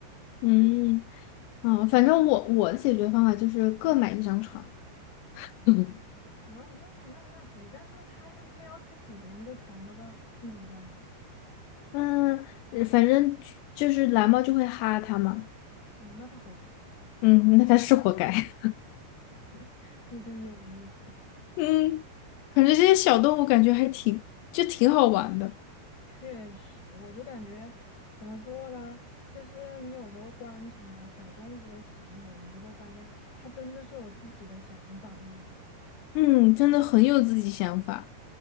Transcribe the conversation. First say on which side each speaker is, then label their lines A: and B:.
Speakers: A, on the left (about 85°); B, on the left (about 45°).
A: 嗯啊，反正我我的解决方法就是各买一张床。<laughs>
B: <laughs> 哦，那是那那可以，但是他就非要去挤别人的床的话，那怎么办呢？
A: 嗯，呃反正就就是蓝猫就会哈它嘛。
B: 嗯，那他活该，
A: 嗯，那它是活该。<laughs>
B: <laughs> 那真有意思。
A: 嗯，感觉这些小动物感觉还挺，就挺好玩的。
B: 确实，我就感觉怎么说呢？就是你有时候观察小动物的行为，你就会发现它真的是有自己的想法的那种，
A: 嗯，真的很有自己想法。